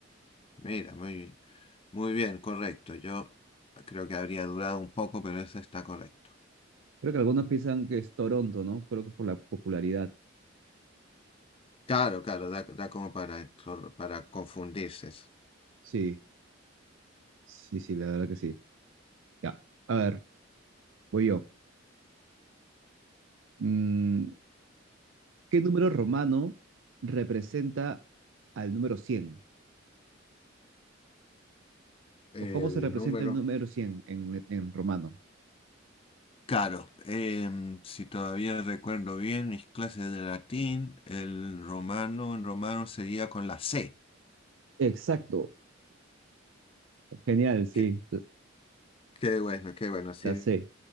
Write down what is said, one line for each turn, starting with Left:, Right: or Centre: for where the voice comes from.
Left: Mira, muy, muy bien, correcto. Yo creo que habría durado un poco, pero eso está correcto.
Right: Creo que algunos piensan que es Toronto, ¿no? Creo que por la popularidad.
Left: Claro, claro, da, da como para, para confundirse. eso.
Right: Sí, sí, sí, la verdad que sí. Ya, a ver, voy yo. Mm, ¿qué número romano representa al número 100?
Left: El
Right: ¿O cómo se representa
Left: número
Right: el número 100 en, en romano?
Left: Claro, em, si todavía recuerdo bien mis clases de latín, el romano, en romano sería con la C.
Right: Exacto, Genial, sí,
Left: Qué, qué bueno, qué bueno, sí,
Right: la sé.